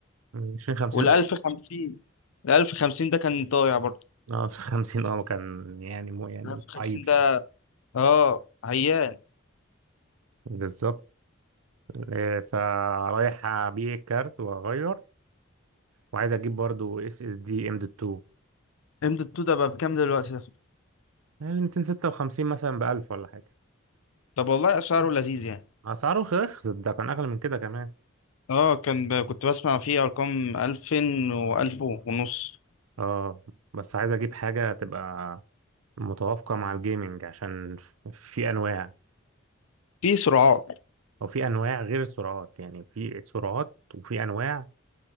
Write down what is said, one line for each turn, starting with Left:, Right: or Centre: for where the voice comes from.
Right: 20 50
Left: وال 1050
Right: اه
Left: ال 1050 ده كان ضايع برضه
Right: آه، <laughs> 50 اه كان يعني مو يعني
Left: ال 1050
Right: عيب شويه
Left: ده اه عيان
Right: بالظبط آه، فرايح ابيع الكارت واغير وعايز اجيب برضه اس اس دي ام دوت 2
Left: ام دوت 2 ده بقى بكام دلوقتي ده
Right: يعني 256 مثلا ب 1000 ولا حاجه
Left: طب والله اسعاره لذيذ يعني
Right: اسعاره رخصت ده كان اغلى من كده كمان
Left: اه كان ب... كنت بسمع فيه ارقام 2000 و1000 ونص
Right: اه بس عايز اجيب حاجة تبقى متوافقة مع الجيمنج عشان في انواع
Left: في سرعات
Right: او في انواع غير السرعات يعني في سرعات وفي انواع